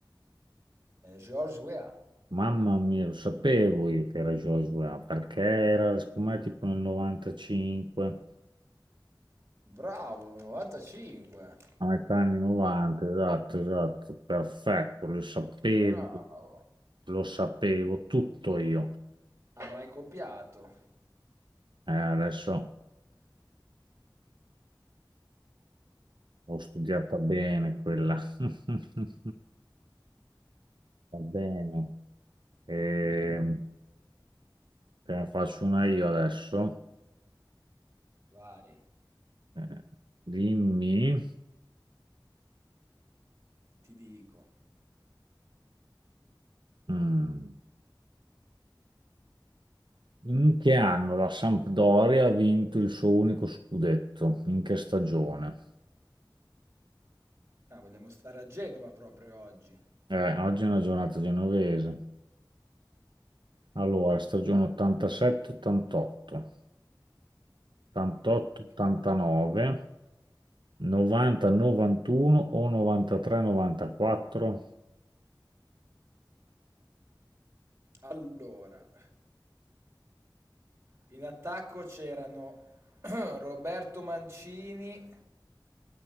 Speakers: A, on the right; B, on the right.
A: Eh, George Weah.
B: Mamma mia, lo sapevo io che era George Weah, perché era, secondo me, tipo nel 95,
A: Bravo, 95.
B: a metà anni 90, esatto, esatto, perfetto, lo sapevo,
A: Bravo.
B: lo sapevo tutto io.
A: Avrai copiato.
B: Eh, adesso ho studiata bene quella. <laughs> Va bene. E, te ne faccio una io adesso.
A: Vai,
B: Eh, dimmi.
A: ti dico.
B: Mm. In che anno la Sampdoria ha vinto il suo unico scudetto? In che stagione?
A: Ah, vogliamo stare a Genova proprio oggi.
B: Eh, oggi è una giornata genovese. Allora, stagione 87-88, 88-89,
A: Ok.
B: 90-91 o 93-94?
A: Allora, in attacco c'erano <clears throat> Roberto Mancini